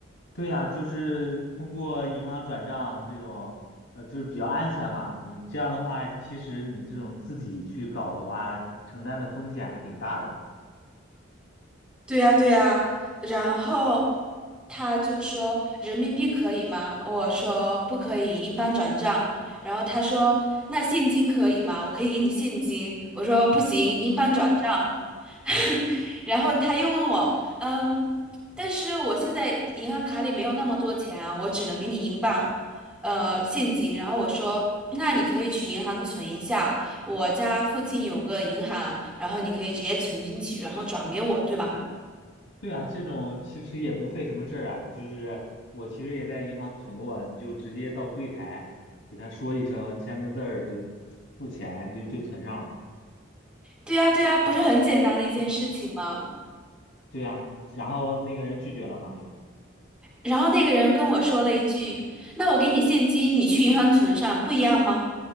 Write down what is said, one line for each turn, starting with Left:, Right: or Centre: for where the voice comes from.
Left: 对呀，就是通过银行转账这种，呃，就是比较安全嘛。你这样的话，其实你这种自己去搞的话，承担的风险还挺大的。
Centre: 对呀，对呀，然后他就说人民币可以吗？我说不可以，英镑转账。然后他说那现金可以吗？我可以给你现金。我说不行，英镑转账。<laughs> 然后他又问我，嗯，但是我现在银行卡里没有那么多钱啊，我只能给你英镑，呃，现金。然后我说那你可以去银行存一下，我家附近有个银行，然后你可以直接存进去，然后转给我，对吧？
Left: 对啊，这种其实也不费什么事儿啊。就是我其实也在银行存过，你就直接到柜台给他说一声，签个字儿就付钱就就存上了。
Centre: 对呀，对呀，不是很简单的一件事情吗？
Left: <clears throat> 对呀，然后那个人拒绝了嘛，又
Centre: 然后那个人跟我说了一句：“那我给你现金，你去银行存上，不一样吗？”